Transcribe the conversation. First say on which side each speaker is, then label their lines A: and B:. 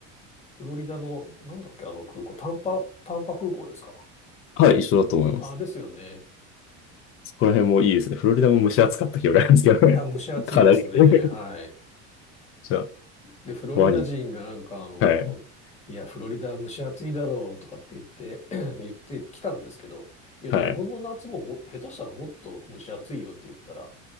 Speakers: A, on the left; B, on the left.
A: フロリダの、なんだっけ、あの空港、タンパ、タンパ空港ですか
B: はい。一緒だと思います。
A: ああですよね。
B: そこら辺もいいですね。フロリダも蒸し暑かった記憶があるんですけどね。
A: いや、蒸し暑いですね。
B: <laughs> かなり。<laughs>
A: はい。
B: じゃあ、
A: で、フロリダ人がなんかあの、
B: ワニ。はい、
A: いや、フロリダは蒸し暑いだろうとかって言って、<clears throat> 言ってきたんですけど、いや、
B: はい、
A: 日本の夏もも、下手したらもっと蒸し暑いよって言ったら、